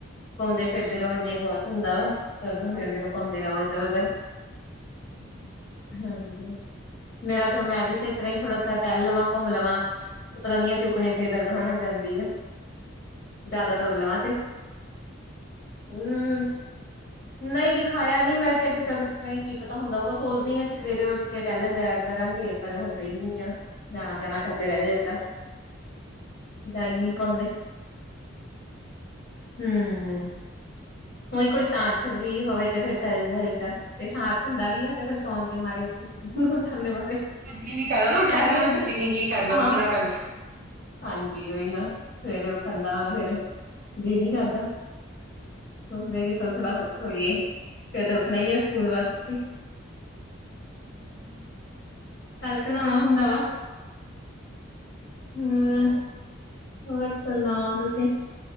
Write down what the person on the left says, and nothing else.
ਘੁੰਮਦੇ ਫਿਰਦੇ ਰਹੋ ਇੰਨਾ ਹੀ ਬਹੁਤ ਹੁੰਦਾ ਵਾ। ਤੁਰਦੇ ਫਿਰਦੇ ਰਹੋ ਘੁੰਮਦੇ ਰਹੋ ਇੱਧਰ ਉੱਧਰ।
ਹਾਂਜੀ। ਮੇਰਾ ਤਾਂ ਹੁਣ ਮੈਂ ਵੀ ਤੇ ਇਸ ਤਰ੍ਹਾਂ ਥੋੜਾ ਥੋੜਾ ਟਹਿਲ ਲਵਾਂ ਘੁੰਮ ਲਵਾਂ ਪਤਾ ਨਹੀਂ ਆ ਚੁੱਕਨੇ 'ਚ ਦਰਦ ਹੋਣ ਲੱਗ ਜਾਂਦਾ। ਹੁੰਦੀ ਹੈ। ਜ਼ਿਆਦਾ ਤੁਰ ਲਵਾਂ ਤੇ ਹੂੰ। ਨਹੀਂ ਦਿਖਾਇਆ ਨਹੀਂ ਮੈਂ ਕਿਹਾ ਕਿ ਚਲੋ। ਇਸ ਤਰ੍ਹਾਂ ਹੀ ਕੀ ਪਤਾ ਹੁੰਦਾ ਹੋਉ ਗਾ ਸੋਚਦੀ ਆ ਕਿ ਸਵੇਰੇ ਉੱਠ ਕੇ ਟਹਿਲਣ ਜਾਇਆ ਕਰਾਂਗੇ ਪਰ ਹੁੰਦਾ ਹੀ ਨਹੀਂ ਆ ਜਾਣਾ ਜਾਣਾ। ਕਰਦੇ ਰਹਿ ਜਾਈਦਾ ਜਾਈ ਨਹੀਂ ਪਾਉਂਦੇ। ਹਮ
ਉਹੀ ਕੋਈ ਸਾਥ ਵੀ ਹੋਵੇ ਤੇ ਫੇਰ ਚੱਲ ਜਾਏਗਾ। ਤੇ ਸਾਥ ਹੁੰਦਾ ਵੀ ਆ ਤੇ ਫਿਰ ਸੌਣ ਦੇ ਮਾਰੇ ਉੱਥੇ। ਉੱਠਣ ਦੇ ਮਾਰੇ
ਰਹਿ ਜਾਈਦਾ
ਹਾਂ।
ਹਾਂਜੀ ਉਹੀ ਨਾ ਸਵੇਰੇ ਉੱਠਣ ਦਾ ਫੇਰ ਜੀਅ ਨੀ ਕਰਦਾ। ਸੋਚਦੇ ਕਿ ਚਲ ਥੋੜਾ ਹੋਰ ਸੌਈਏ ਫਿਰ ਤਾਂ ਉੱਠਣਾ ਹੀ ਹੈ। ਹੂੰ।
ਕੱਲ ਕਲਾਉਣਾ ਹੁੰਦਾ ਵਾ ਹੂੰ। ਹੋਰ ਸੁਣਾਓ ਤੁਸੀਂ